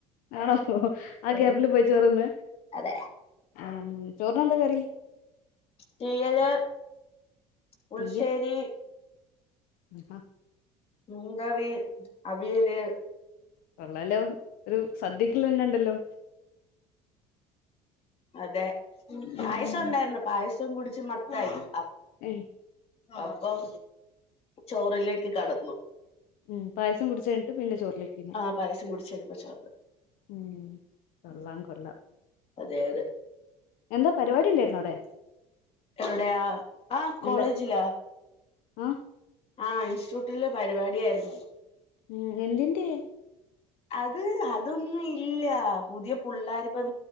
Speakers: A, on the left; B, on the left.
A: ആണോ ആ
B: അതെ
A: ഗ്യാപ്പില് പോയി ചോറ്ന്ന്
B: അതെ
A: ആം ചോർണ് എന്താ കറി
B: തീയല് പുളിശ്ശേരി
A: തീയൽ അഹാ
B: മീൻകറി അവിയല്
A: കൊള്ളാലോ ഒരു സദ്യക്ക് ഇല്ലെന്നുണ്ടല്ലോ
B: അതെ
A: ഉം
B: പായസം
A: ഉം
B: ഉണ്ടായിരുന്നു പായസം കുടിച്ച് മത്തായി അപ്
A: ഏയ്
B: അപ്പം ചോറിലേക്ക് കടന്നു
A: ഉം പായസം കുടിച്ച് കഴിഞ്ഞിട്ട് പിന്നെ ചോറിലേക്ക് പിന്നെ
B: ആ പായസം കുടിച്ചെടുപ്പ ചോറ്
A: ഉം കൊള്ളാം
B: ഉം.
A: കൊള്ളാം
B: അതെ അതെ
A: എന്താ പരിപാടി ഉണ്ടായിരുന്ന അവ്ടെ
B: എവിടെയാ ആഹ് കോളേജിലാ
A: നല്ല ആഹ്
B: ആഹ് ഇൻസ്റ്റിറ്റ്യൂട്ടില് പരിപാടിയായിരുന്നു
A: ഉം എന്തിന്റെ
B: അത് അതൊന്നും ഇല്ല പുതിയ പിള്ളേരിപ്പ-